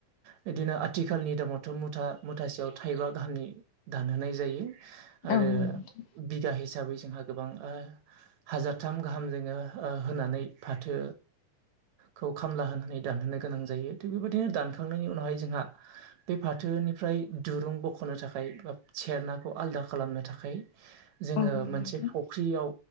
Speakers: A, on the right; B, on the left.
A: बिदिनो आथिखालनि दामावथ' मुथा-मुथासेयाव थायबा गाहामै हामनि दानहोनाय जायो आरो
B: नंगौ नोंथां
A: बिगा हिसाबै जोंहा गोबां ओ हाजारथाम गाहाम जोङो ओ होनानै फाथो खौ खामला होनानै दानहोनो गोनां जायो थिग बेबादिनो दानखांनायनि उनावहाय जोंहा बे फाथो निफ्राय दुरुं बख'नो थाखाय बा सेरनाखौ आलदा खालामनो थाखाय जोङो
B: औ
A: मोनसे फख्रियाव